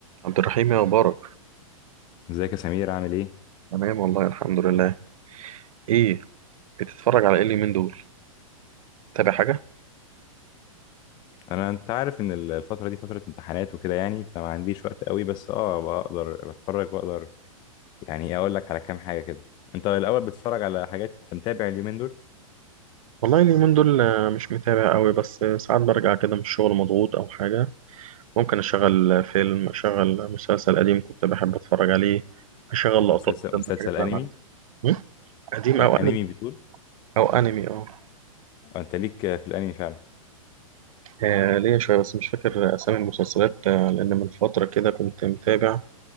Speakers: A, on the right; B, on the left.
A: عبد الرحيم يا مبارك
B: ازيك يا سمير عامل ايه
A: تمام والله الحمد لله ايه بتتفرج على ايه اليومين دول تابع حاجة
B: انا انت عارف ان ال- الفتره دي فتره امتحانات وكده يعني فما عنديش وقت قوي بس اه بقدر بتفرج بقدر يعني إيه اقول لك على كام حاجه كده انت الاول بتتفرج على حاجات انت متابع اليومين دول
A: والله اليومين دول آه، مش متابع قوي بس آه، ساعات برجع كده من الشغل مضغوط او حاجة ممكن اشغل آه، فيلم اشغل مسلسل قديم كنت بحب اتفرج عليه اشغل لقطات
B: مسلسل
A: كده
B: مسلسل
A: من الحاجات
B: انمي
A: اللي انا عارفها. م? قديم
B: آه،
A: او انمي
B: انمي بتقول
A: او انمي اه
B: آه، انت ليك آه، في الانمي فعلا
A: آه، ليا شوية بس مش فاكر اسامي المسلسلات آه، لان من فترة كده كنت متابع